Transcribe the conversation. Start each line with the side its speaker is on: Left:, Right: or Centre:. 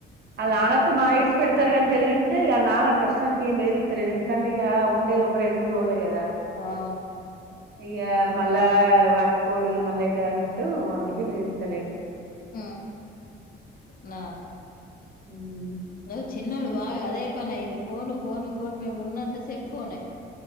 Right: అల్ల నానోతే
Left: ఆహా
Right: మగ ఇడిషిపేడ్ త్తరుగాని బదిరి అంటే ఇగ వాళ్ల నాన్న ప్రస్తుతానికి ఏం బేదిరిస్తలేడు, ఎందుకంటే ఇక ఉండేది ఒక రెండు, మూడు రోజులే కదా
Left: అవును
Right: ఇగ మళ్ళా వాట్టి కోడి ఇగ మళ్లెట అన్నట్టు అందుకే పేరు ఇత్తలేడు.
Left: ఉ ఆ న
Right: ఉమ్
Left: ఆ హ చిన్నొడు బాగా అదే పనైంది ఫోను ఫోను ఫోన్ మేము ఉన్నంతసేపు ఫోనే.